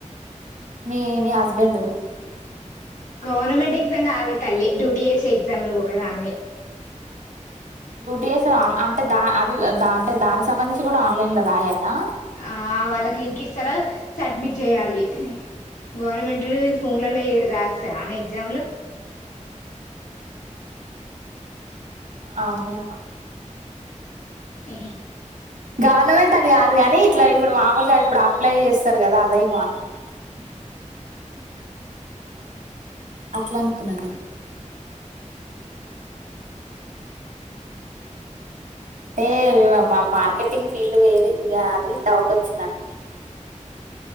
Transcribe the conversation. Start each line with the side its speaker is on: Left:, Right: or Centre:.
Right: మీ మీ హస్బెండు
Left: గవర్నమెంట్ ఎగ్జామ్ కాదే తల్లి డూటిఎస్ ఎగ్జామ్ నువ్వు ఒక దానివి
Right: డ్యూటీ చేసే అంటే దా అది అంటే దానికి సంబంధించి కూడా ఆన్లైన్ లో రాయాలా
Left: ఆ వాళ్ళకి లింక్ ఇస్తారా సబ్మిట్ చేయాలి గవర్నమెంట్ ఫోన్లలో రాస్తారా అనే ఎగ్జామ్ లో
Right: అవునేమో <inaudible>
Left: అ
Right: గవర్నమెంట్ అని కాదు కాని ఇట్లా ఇప్పుడు మామూలుగా ఇప్పుడు అప్లై చేస్తారు కదా అదే మా అనుకున్నాను అట్లా అనుకున్నాను నేను అంటే మా మార్కెటింగ్ ఫీల్డ్ వేరే ఇదిగా అది డౌట్ వచ్చింది అందుకని